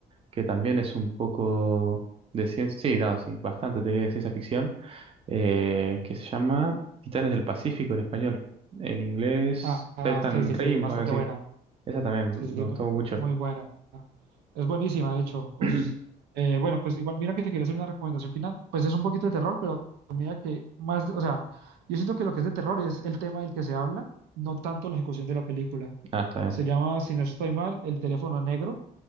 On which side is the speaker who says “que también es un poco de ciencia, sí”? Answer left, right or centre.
Right